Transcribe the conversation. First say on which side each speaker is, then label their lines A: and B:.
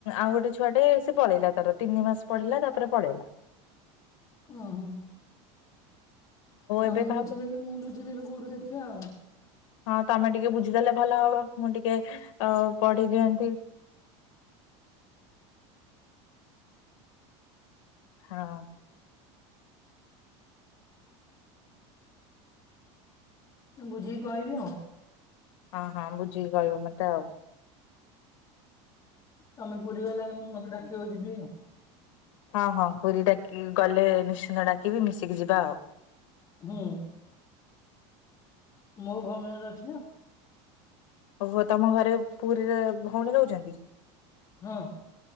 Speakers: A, on the left; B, on the left.
A: ଆଉ ଗୋଟେ ଛୁଆଟେ ସେ ପଳେଇଲା ତାର ତିନି ମାସ ପଢେଇିଲା ତାପରେ ପଳେଇଲା।
B: ହୁଁ ଆଉ
A: ଏବେ
B: ମୁଁ
A: କାହାକୁ
B: ବୁଝିଦେବି ମୁଁ ବୁଝିଦେବି କୋଉଠୁ ଦେଖିବା ଆଉ
A: ହଁ ତମେ ଟିକେ ବୁଝିଦେଲେ ଭଲ ହବ ମୁଁ ଟିକେ ଅ ପଢି ଦିଅନ୍ତି। ହଁ।
B: ମୁ ବୁଝିକି କହିବି ଆଉ।
A: ହଁ ହଁ ବୁଝିକି କହିବ ମତେ ଆଉ।
B: ତମେ ପୁରୀ ଗଲା ମୁଁ ମତେ ଡାକିବମୁଯିବି ଆଉ।
A: ହଁ ହଁ ପୁରୀ ଡାକି ଗଲେ ନିଶ୍ଚିୟ ଡାକିବି ମିଶିକି ଯିବା ଆଉ।
B: ହୁଁ। ମୋ ଭଉଣୀ ଘର ଅଛି ନା
A: ଓହ ତମ ଘରେ ପୁରୀରେ ଭଉଣୀ ରହୁଛନ୍ତି।
B: ହଁ